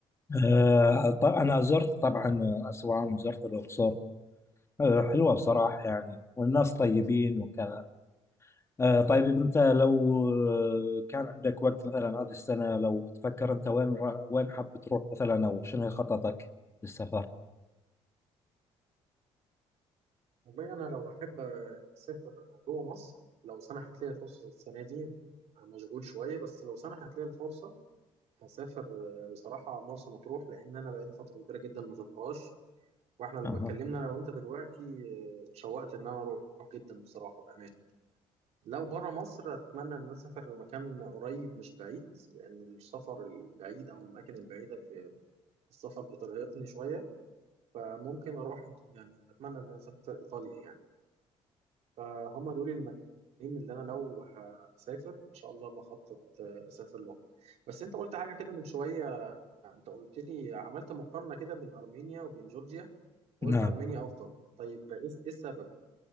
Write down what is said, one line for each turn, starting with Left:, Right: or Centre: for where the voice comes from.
Left: آه، ط- أنا زرت طبعا أسوان زرت الأقصر آه، حلوة بصراحة يعني والناس طيبين وكذا آه، طيب أنت لو آه، كان عندك وقت مثلا هذه السنة لو تفكر أنت وين را- وين حاب تروح مثلا أو شنو خططك للسفر؟
Right: والله أنا لو أحب أسافر جوه مصر لو سنحت لي الفرصة السنة دي مشغول شوية بس لو سنحت لي الفرصة هسافر بصراحة مرسى مطروح لأن أنا بقالي فترة كبيرة جدا ما زرتهاش وإحنا لما
Left: أها
Right: اتكلمنا أنا وأنت دلوقتي آه، اتشوقت إن أنا أروح جدا بصراحة بأمانة لو بره مصر أتمنى إن أنا أسافر مكان قريب مش بعيد لأن السفر البعيد أو الأماكن البعيدة في السفر بترهقني شوية فممكن أروح إيط- يعني أتمنى إن أنا أسافر إيطاليا يعني فهم دول المكانين اللي انا لو هسافر ان شاء الله بخطط آه، اسافر لهم بس انت قلت حاجه كده من شويه انت قلت لي عملت مقارنه كده بين ارمينيا وبين جورجيا وقلت
Left: نعم
Right: ارمينيا افضل طيب ايه إيه السبب